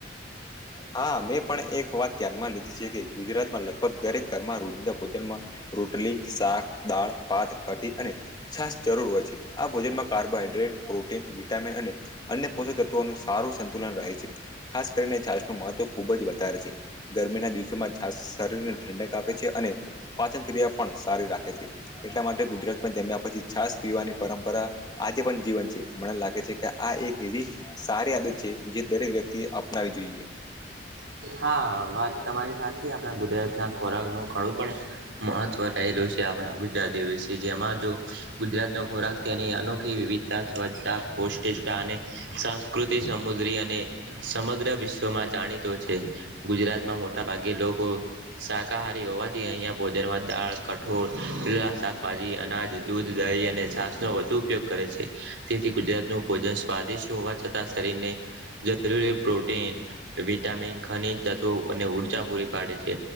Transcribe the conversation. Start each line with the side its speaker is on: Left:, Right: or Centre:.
Left: હા, મેં પણ એક વાત ધ્યાનમાં લીધી છે, કે ગુજરાતમા લગભગ દરેક ઘરમાં રોજિંદા ભોજનમાં રો ટલી, શાક દાળ ભાત કઢી અને છાસ, જરૂર હોય છે. આ ભોજનમાં કાર્બોહાઈડ્રેટ પ્રોટીન, વિટામિન અને અન્ય પોષક તત્વોનું સારું સંતુલન રહે છે. ખાસ કરીને છાસનું મહત્વ ખૂબ જ વધારે છે ગરમીના દિવસોમાં છાસ શરીરને ઠંડક આપે છે અને પાચનક્રિયા પણ સારી રાખે છે એટલા માટે ગુજરાતમાં જમ્યા પછી છાસ પીવાની પરંપરા આજે પણ જીવન છે મને લાગે છે કે આ એક એવી સારી આદત છે જે દરેક વ્યક્તિએ અપનાવી જોઈએ.
Right: હા વાત તમારી સાચી આપણા ગુજરાતના ખોરાકનું ઘણું પણ મહત્વ રહેલું છે આપણા ગુજરાતી વીશે જેમાં જો ગુજરાતનો ખોરાક ત્યાંની અનોખી વિવિધતા વધતા પૌષ્ટિકતા અને સાસ્કૃત સમુદ્રી અને સમગ્ર વિશ્વમાં જાણીતુ છે ગુજરાતમાં મોટા ભાગે લોકો શાકાહારી હોવાથી અહિયાં ભોજનમાં દાળ કઠોળ લીલા શાકભાજી અનાજ દૂધ દહીં અને શાક નો વધુ ઉપયોગ કરે છે તેથી ગુજરાતન ભોજન સ્વાદિષ્ટ હોવા છતાં શરીરને જરૂરી પ્રોટીન વિટ ખનીજ તત્વો અને ઊર્જા પૂરી પાડે છે